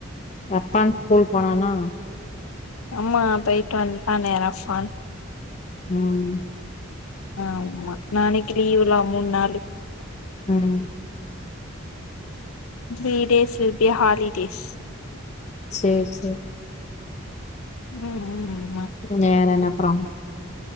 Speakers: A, on the left; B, on the left.
A: அப்பான் ஸ்கூல் போனானா
B: ஆமா போயிட்டு வன்டானே ரஃப்பான்
A: ம்
B: ஆமா நாளைக்கி லீவ்லா மூன் நாளிக்
A: ம்
B: த்ரீ டேஸ் திருப்பீ ஹாலிடேஸ்
A: சேரி சேரி
B: ம் ம் ஆமா
A: வேற என்ன அப்றோ